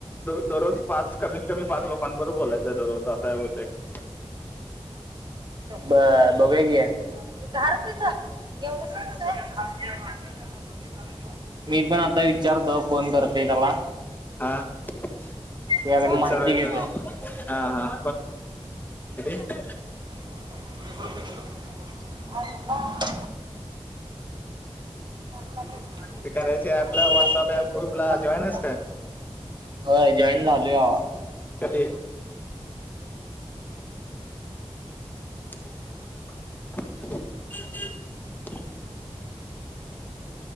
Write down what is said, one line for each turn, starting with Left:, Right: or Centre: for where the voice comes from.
Left: दर दररोज पाच कमीत कमी पाच लोकांबरोबर बोलायचं दररोज असं आहे बहुतेक
Right: बरं बघूया की. दहा रुपयेचा, एवढस मिळतये <unintelligible> मी पण आता विचारतो कोण करते तवा
Left: हा, ते
Right: त्याकडे माहिती
Left: चालच
Right: घेतो
Left: हा हा. <unintelligible>
Right: <inaudible> <inaudible>
Left: ते करायचे आपल्या व्हॉट्सअप ऍप ग्रुपला जॉईन आहेस काय
Right: होय जॉईन झालोय बाबा.
Left: कधी <unintelligible>